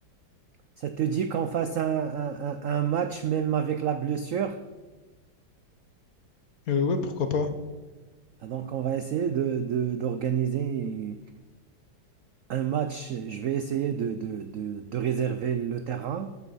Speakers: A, on the right; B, on the left.
A: Ça te dit qu'on fasse un, un- un- un match même avec la blessure?
B: Euh, ouais, pourquoi pas.
A: Ah, Donc, on va essayer de, de- d'organiser un match. Je vais essayer de, de, de- de réserver le terrain